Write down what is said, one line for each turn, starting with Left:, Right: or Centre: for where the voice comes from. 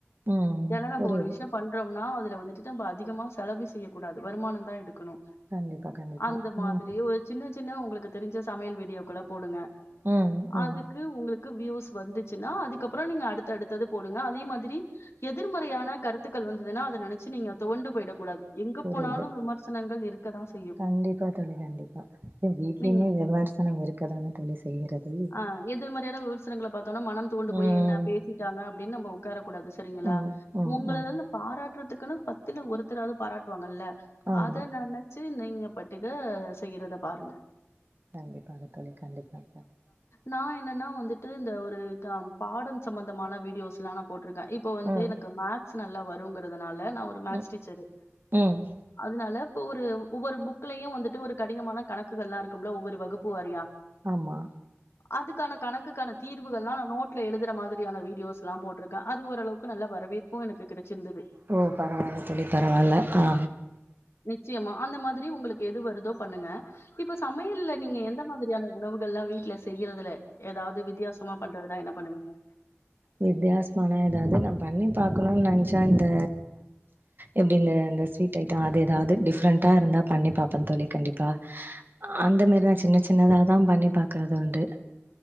Right: ம்
Left: ஏன்னா நம்ப
Right: புரியுது
Left: ஒரு விஷயொ பண்றோம்னா அதுல வந்துட்டு நம்ப அதிகமா செலவு செய்யக்கூடாது வருமானதா எடுக்கணு
Right: கண்டிப்பா கண்டிப்பா
Left: அந்த மாதிரி
Right: ம்
Left: ஒரு சின்ன சின்ன உங்களுக்கு தெரிஞ்ச சமையல் வீடியோக்கள போடுங்க
Right: ம் ம்
Left: அதுக்கு உங்களுக் கு வியூஸ் வந்துச்சுன்னா அதுக்கப்புறோ நீங்க அடுத்த அடுத்தது போடுங்க அதே மாதிரி எதிர்மறையான கருத்துக் கள் வந்ததுன்னா அத நனச்சு நீங்க துவண்டு போயிடக் கூடாது எங்க
Right: புரியுது
Left: போனாலு விமர்சனங்கள் இருக்கதா ச்
Right: கண்டிப்பா தோழி கண்டிப்பா வீட்லயுமே
Left: நீங்க
Right: விமர்சனம் இருக்கதானே தோழி செய்றது
Left: ஆ எதிர் மறையான விமர்சனங்கள பாத்தோனா மனம் துவண்டு போய
Right: ம்
Left: என்ன பேசிட்டாங்க அப்டின்னு நம்ம உக்காரக் கூடாது சரிங்கலா
Right: ம் ம்
Left: உங்கள
Right: ம்
Left: வந்து பாராட்டுறதுக்குன்னு பத்துல ஒருத்தராது பாராட்டுவாங்கல்ல
Right: ஆமா
Left: அத நென சி நீங்க பட்டுகு செய்யறத பாருங்க
Right: கண்டிப்பாக தோழி கண்டிப்பாக
Left: நா என்னன்னா வந்துட்டு இந்த ஒரு க பாடம் சம்பந்தமான வீடியோஸ்லா நா போட்ருக்கே இப் இப்போ வந்து
Right: ம்
Left: எனக்கு மேக்ஸ் நல்லா வருங்கறதுனால நா ஒரு மேக்ஸ்
Right: ம்
Left: டீச்சரு
Right: ம்
Left: அதுனால இப்ப ஒரு ஒவ்வொரு புக்லயு வந்துட்டு ஒரு கடினமான கணக் குகல்லா இருக்கும்ல ஒவ்வொரு வகுப்பு வாரியா
Right: ஆமா
Left: அதுக்கான கணக்குக்கான தீர்வுகள்லா நா நோட் ல எழுதுற மாதிரியான வீடியோஸ்ல்லா போட்ருக்க அது ஓரளவுக்கு நல்ல வரவேற்பு எனக்கு கெடைச்சிருந்தது
Right: ஓ பரவால்ல தோழி பரவால்ல ஆ
Left: நிச்சயமா அந்த மாதிரி உங்களுக்கு எது வருதோ பண்ணுங்க இப்ப சமையல்ல நீங்க எந்த மாதிரியான உணவுகள்லாம் வீட்ல செய்யறதுல ஏதாவது வித்தியாச சமா பண்றதுனா என்ன பண்ணுவீங்க
Right: வித்தியாசமானா ஏதாவது நம் பண்ணி பாக்கணும்னு நனச்சா இந்த எப்டி இந்த இந்த ஸ்வீட் ஐட்டோம் அது ஏதாவது டிஃப்ரெண்டா இருந்தா பண்ணி பாப்பன் தோழி கண்டிப்பா அந்த மாரி தான் சின்ன சின்னதாதா பண்ணி பாக்குறது உண்டு